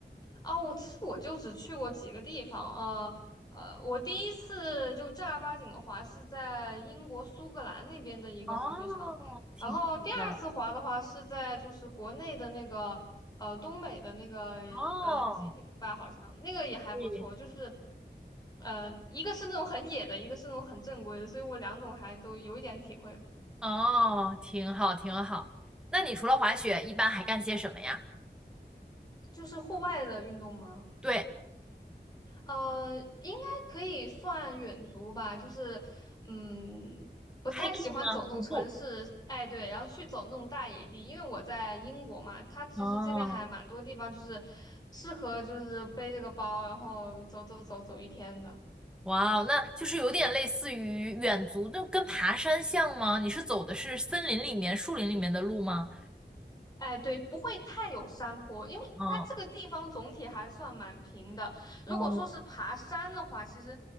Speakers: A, on the left (about 20°); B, in the centre.
A: 啊，我其实我就只去过几个地方，呃呃，我第一次就正儿八经的滑是在英国苏格兰那边的一个滑雪场，
B: 哦，挺好的。
A: 然后第二次滑的话是在就是国内的那个呃东北的那个呃吉林吧，
B: 哦，
A: 好像那个也还不错，
B: 对，
A: 就是呃一个是那种很野的，一个是那种很正规的，所以我两种还都有一点体会，
B: 哦，挺好，挺好。那你除了滑雪，一般还干些什么呀？
A: 就是户外的运动嘛。
B: 对。
A: 呃，应该可以算远足吧，就是，嗯，不太喜欢走那种城市，
B: hiking 吗？徒步？
A: 哎，对，然后去走那种大野地，因为我在英国嘛，它其实这边还蛮多地方就是
B: 哦，
A: 适合就是背这个包，然后走走走走一天的。
B: 哇哦，那就是有点类似于远足，就跟爬山像吗？你是走的是森林里面、树林里面的路吗？
A: 哎，对，不会太有山坡，因为它这个地方总体还算蛮平的。
B: 嗯，
A: 如果说是爬山的话，
B: 哦。
A: 其实，